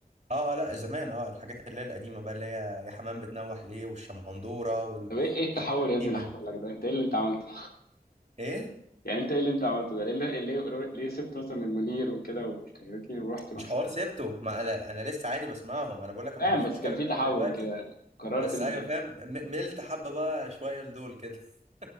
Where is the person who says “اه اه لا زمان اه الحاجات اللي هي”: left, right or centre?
Right